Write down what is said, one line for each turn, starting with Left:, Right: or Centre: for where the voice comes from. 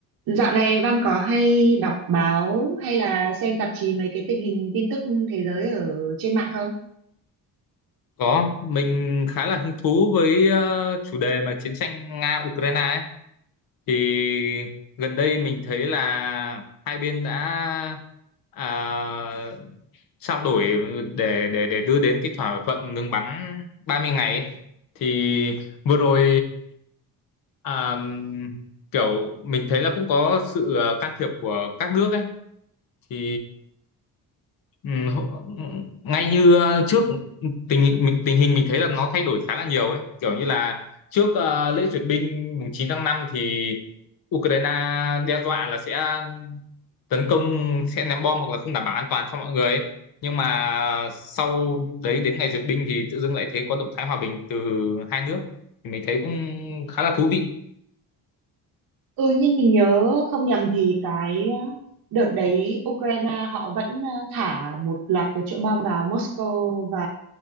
Right: Dạo này Văn có hay đọc báo hay là xem tạp chí mấy cái tình hình tin tức thế giới ở trên mạng không?
Left: Có, mình khá là hứng thú với ờ, chủ đề mà chiến tranh Nga-Ukraine ấy. Thì gần đây mình thấy là hai bên đã à, trao đổi để để để đưa đến cái thỏa thuận ngừng bắn ba mươi ngày. ấy. Thì vừa rồi à, kiểu mình thấy là cũng có sự ờ, can thiệp của các nước ấy. Thì Ừ, hậu- ừ, ngay như ờ, trước tình mình tình hình mình thấy là nó thay đổi khá là nhiều ấy kiểu như là trước ờ, lễ duyệt binh mùng 9 tháng 5 thì Ukraine đe dọa là sẽ tấn công sẽ ném bom hoặc là không đảm bảo an toàn cho mọi người ấy. Nhưng mà sau đấy đến ngày duyệt binh thì tự dưng lại thấy có động thái hòa bình từ hai nước thì mình thấy cũng khá là thú vị
Right: Ừ nhưng mình nhớ không nhầm thì cái uh, đợt đấy Ukraine họ vẫn uh, thả một loạt cái chỗ bom vào Moscow và